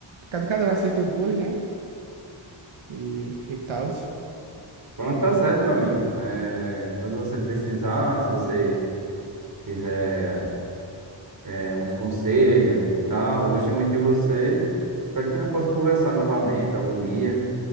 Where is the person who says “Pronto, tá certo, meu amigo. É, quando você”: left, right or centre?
Right